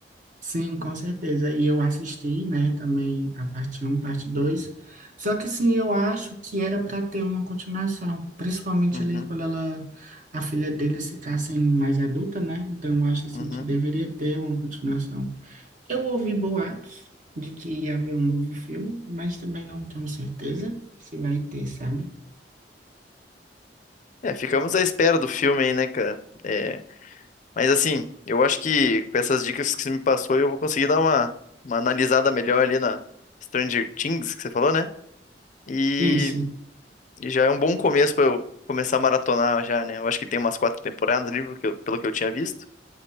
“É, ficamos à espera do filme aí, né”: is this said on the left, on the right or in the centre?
Left